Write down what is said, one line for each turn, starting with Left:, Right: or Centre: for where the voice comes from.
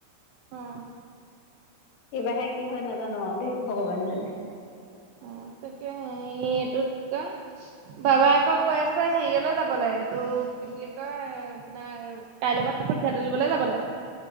Right: অ'।
Left: এইবাৰহে কি হয় নাজানো আৰু দেই ভগৱান জানে।
Right: অ, তাকে এই এইটোকা বাবাই আকৌ কৈ আছে হেৰিয়ালে যাব লাগে এইটো কি বুলি কয় আপোনাৰ আৰু কাইলৈৰ পৰা আকৌ কঠীয়া তুলিবলৈ যাব লাগে।